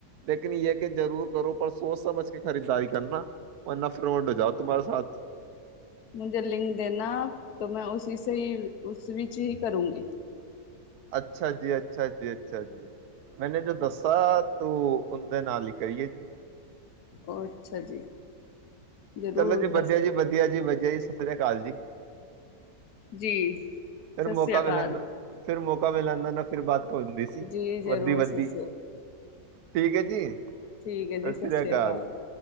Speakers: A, on the right (about 80°); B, on the left (about 75°).
A: ਲਕਿਨ ਯ ਕਿ ਜ਼ਰੂਰ ਕਰੋ ਪਰ ਸੋਚ ਸਮਝ ਕੇ ਖਰੀਚਾਈ ਕਰਨਾ। ਵਰਨਾ ਫਰੋਡ ਹੋ ਜਾਓ ਤੁਮਾਰੇ ਸਾਥ।
B: ਮੁਝੇ ਲਿੰਕ ਦੇਣਾ ਮੈਂ ਉਸਿ ਸੇ ਹੀ ਉਸ ਵਿੱਚ ਹੀ ਕਰੂੰਗੀ।
A: ਅੱਛਾ ਜੀ ਅੱਛਾ ਜੀ। ਅੱਛਾ ਜੀ ਮੈਨੇ ਜੋ ਦੱਸਾ ਤੋ ਬਂਦੇ ਨਾਲ ਹੀ ਕਰੀਏ ਜੀ।
B: ਉਹ ਅੱਛਾ ਜੀ। ਜ਼ਰੂਰ
A: ਚਲੋ ਜੀ
B: ਦੱਸ
A: ਵਧੀਆ ਜੀ ਵਧੀਆ ਜੀ ਵਧ ਜੈ <unintelligible> ਕਾਲ ਜੀ
B: ਜੀ ਸਤਿ
A: ਫਿਰ ਮੌਕਾ
B: ਸ੍ਰੀ
A: ਮਿਲਣ
B: ਕਾਲ
A: ਦਾ ਫਿਰ ਮੌਕਾ ਮਿਲ ਜਾਂਦਾ ਨਾ ਫਿਰ ਬਾਤ ਹੁੰਦੀ ਸੀ
B: ਜੀ ਜ਼ਰੂਰ
A: ਵੱਧੀ ਵੱਧੀ
B: ਸਤਿ
A: ਠੀਕ ਹੈ ਜੀ।
B: ਠੀਕ
A: ਸਤਿ
B: ਹੈ ਜੀ ਸਸਰਿਆ
A: ਸ੍ਰੀ ਅਕਾਲ
B: ਕਾਲ